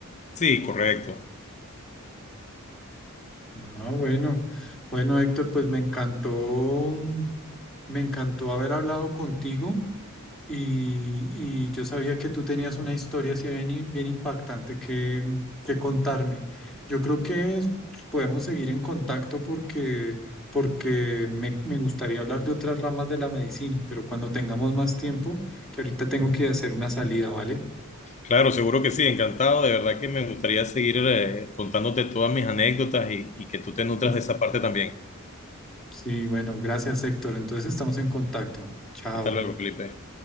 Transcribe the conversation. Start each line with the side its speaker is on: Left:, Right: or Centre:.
Left: Sí, correcto.
Centre: Ah, bueno. Bueno, Héctor, pues me encantó, mm, me encantó haber hablado contigo. y, y yo sabía que tú tenías una historia así bien, i- bien impactante que, que contarme. Yo creo que es- podemos seguir en contacto porque, porque me, me gustaría hablar de otras ramas de la medicina, pero cuando tengamos más tiempo, que ahorita tengo que hacer una salida, ¿vale?
Left: Claro, seguro que sí, encantado. De verdad que me gustaría seguir eh, contándote todas mis anécdotas y, y que tú te nutras
Centre: Uf,
Left: de esa parte también.
Centre: sí, bueno, gracias, Héctor. Entonces estamos en contacto. Chao.
Left: Hasta luego, Felipe.